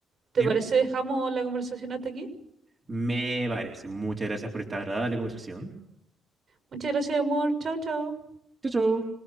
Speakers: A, on the right; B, on the right.
A: ¿Te
B: Dime.
A: parece dejamos la conversación hasta aquí?
B: Me parece. Muchas gracias por esta agradable conversación.
A: Muchas gracias, amor. Chao, chao.
B: Chau, chau.